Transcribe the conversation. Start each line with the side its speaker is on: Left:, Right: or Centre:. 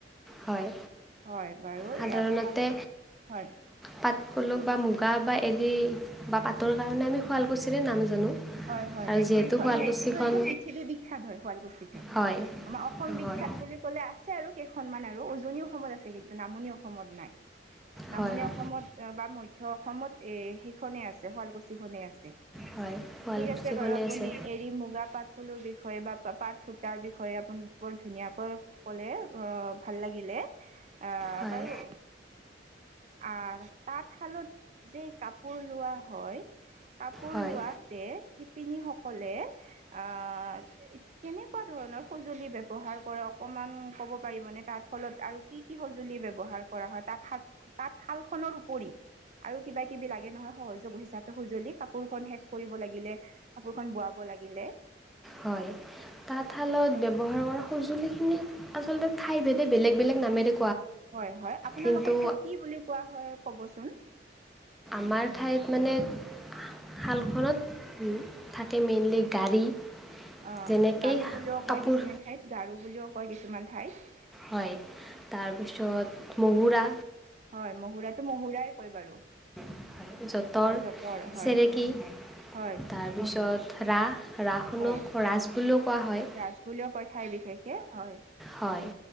Centre: হয়
Right: হয় বাৰু
Centre: সাধাৰণতে
Right: আপোনাক হয়
Centre: পাত পলুক বা মু। গা বা এৰি বা পাতৰ কাৰণে আমি শুৱালকুছিৰে নাম জানো।
Right: হয় হয়
Centre: আৰু
Right: সেইটো
Centre: যিহেতু শুৱালকুছিখন
Right: সেইটো একদম পৃথিৱী বিখ্যাত হয় শুৱালকুচি।
Centre: হয়
Right: আমাৰ অসম বিখ্যাত
Centre: হয়
Right: বুলি ক'লে আছে আৰু কেইখনমান আৰু উজনি অসমত আছে। কিন্তু নামনি অসমত নাই। নামনি
Centre: হয় হয়
Right: অসমত বা মধ্য অসমত এ সিখনেই আছে শুৱালকুছিখনেই আছে।
Centre: হয় শুৱালকুছিখনেই
Right: ঠিক আছে বাৰু আপুনি
Centre: আছে
Right: এৰি মুগা পাট পলুৰ বিষয়ে। বা পাত সুতাৰ বিষয়ে আপুনি বৰ ধুনীয়াকৈ ক'লে। অ ভাল লাগিলে আহ
Centre: হয়
Right: বাৰু আহ তাত। শালত যে কাপোৰ লোৱা হয় কাপোৰ
Centre: হয়
Right: লোৱাত। <unintelligible> শিপিনীসকলে আহ কেনেকুৱা ধৰণৰ সজুলি ব্যৱহাৰ। <unintelligible> অকমান ক'ব পাৰিব নে তাৰ ফলত আৰু কি। কি কি সঁজুলি ব্যৱহাৰ কৰা হয় তাত তাঁতশাল। খনৰ উপৰি আৰু কিবা কিবি লাগে নহয় সহযোগ হিচাপে সঁজুলি কাপোৰ খন শে। কৰিব লাগিলে কাপোৰখন বোৱাব লাগিলে।
Centre: হয় তাঁতশালত ব্যৱহাৰ কৰা। সঁজুলি খিনি আচলতে ঠাই ভেদে বেলেগ বেলেগ নামেৰে।
Right: হয় হয় আপোনালোকৰ
Centre: কিন্তু
Right: ঠাইত কি বুলি কোৱা হয় ক'বচোন।
Centre: আমাৰ ঠাইত মানে শালখনত থাকে মেইনলি গাড়ী।
Right: অ
Centre: যেনেকেই
Right: গাৰু বুলিও
Centre: কাপোৰ
Right: কয় কিছুমান ঠাইত গাৰু বুলিও কয় কিছুমান ঠাইত।
Centre: হয় তাৰপিছত মহুৰা।
Right: হয় মহুৰাটো মহুৰা কয় বাৰু।
Centre: হয় যতৰ
Right: অ যঁতৰ হয়
Centre: চেৰেকী
Right: হয়
Centre: তাৰপিছত ৰাস। ৰাসনক
Right: হয়
Centre: ৰাজ বুলিও কোৱা হয়
Right: ৰাজ বুলিও কয় ঠাই বিশেষে হয়
Centre: হয়।